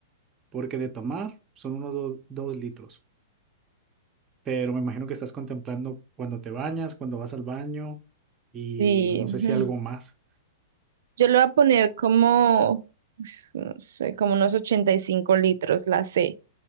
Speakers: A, on the right; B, on the right.
A: Porque de tomar son unos do- dos litros. pero me imagino que estás contemplando cuando te bañas, cuando vas al baño y
B: Sí,
A: no sé
B: ujú.
A: si algo más.
B: yo le voy a poner como, pues, no sé, como unos 85 litros, la C.